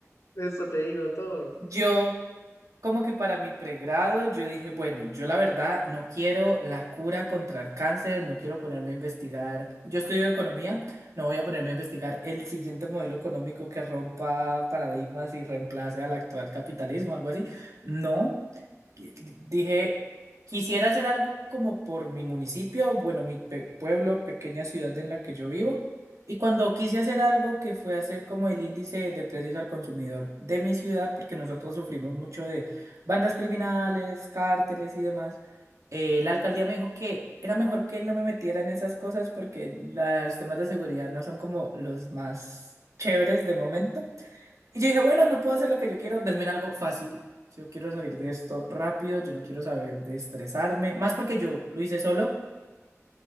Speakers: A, on the left; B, on the right.
A: eso te digo todo.
B: Yo, como que para mi pregrado, yo dije, bueno, yo la verdad no quiero la cura contra el cáncer, no quiero ponerme a investigar, yo estudio economía, no voy a ponerme a investigar el siguiente modelo económico que rompa paradigmas y reemplace al actual capitalismo, algo así. No que- dije, quisiera hacer algo como por mi municipio, bueno, mi pe- pueblo, pequeña ciudad en la que yo vivo. Y cuando quise hacer algo que fue hacer como el índice de precios al consumidor de mi ciudad, porque nosotros sufrimos mucho de bandas criminales, cárteles y demás, eh, la alcaldía me dijo que era mejor que no me metiera en esas cosas porque los temas de seguridad no son como los más chéveres de momento. Y yo dije, bueno, no puedo hacer lo que yo quiero, denme algo fácil. Si yo quiero salir de esto rápido, yo no quiero saber de estresarme, más porque yo lo hice solo.